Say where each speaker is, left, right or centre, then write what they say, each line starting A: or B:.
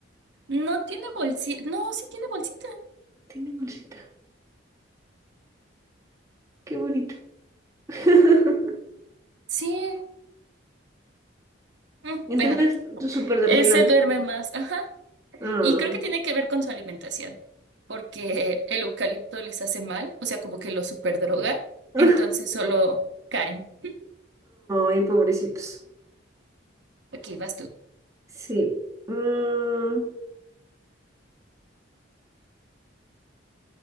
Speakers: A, on the right (about 65°); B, on the right (about 15°).
A: No tiene bolsita. No, sí tiene bolsita.
B: Tiene bolsita. Qué bonito. <laughs>
A: Sí. Mm,
B: Entonces,
A: Bueno,
B: tú súper dormilón.
A: ese duerme más. Ajá.
B: Ah.
A: Y creo que tiene que ver con su alimentación, porque el eucalipto les hace mal, o sea, como que lo superdroga,
B: <laughs>
A: entonces solo caen. <laughs>
B: Ay, pobrecitos.
A: Aquí vas tú.
B: Sí. Mm,